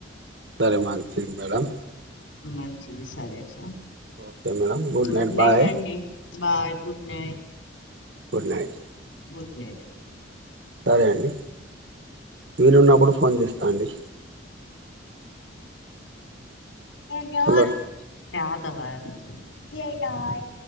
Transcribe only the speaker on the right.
సరే మంచిది మేడం
okay madam
bye
good night
సరే అండి వీలున్నప్పుడు ఫోన్ చేస్తా అండి
హలో